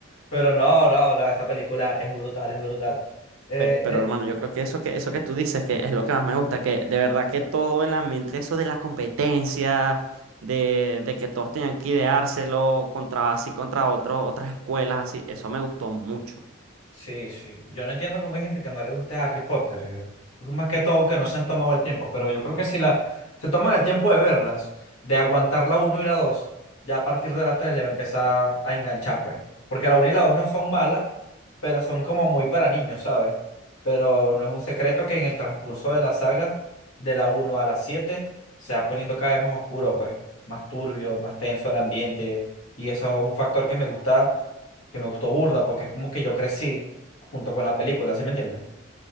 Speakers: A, on the left; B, on the right.
A: pero no, no, no, esa película es brutal, es brutal. Eh,
B: Pe- Pero,
A: De
B: hermano, yo creo que eso que eso que tú dices que es lo que más me gusta, que de verdad que todo el ambiente, eso de la competencia, de, de que todos tenían que ideárselo contra así contra otros, otras escuelas, así, eso me gustó mucho.
A: Sí, sí. Yo no entiendo cómo hay gente que no le guste Harry Potter. eh. Más que todo que no se han tomado el tiempo, pero yo creo que si la, se toman el tiempo de verlas, de aguantar la uno y la 2, ya a partir de la 3 le va a empezar a enganchar, pues. Porque la uno y la 2 no son malas, pero son como muy para niños, ¿sabes? Pero no es un secreto que en el transcurso de la saga, de la uno a la 7 se va poniendo cada vez más oscuro, pues. Más turbio, más tenso el ambiente. Y eso es un factor que me gusta que me gustó burda porque es como que yo crecí junto con la película, ¿sí me entiendes?